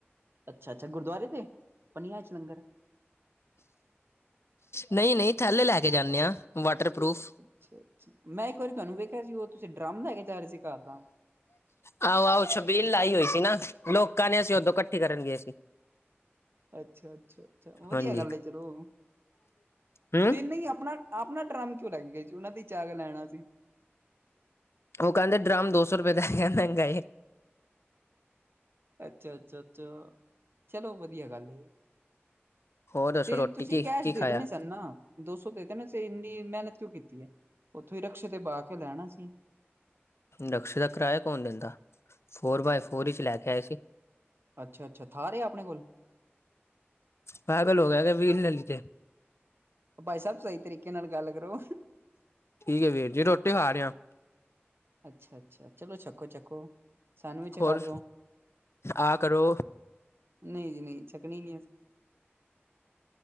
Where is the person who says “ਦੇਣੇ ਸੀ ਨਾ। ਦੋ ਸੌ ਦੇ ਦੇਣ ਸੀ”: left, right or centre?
Right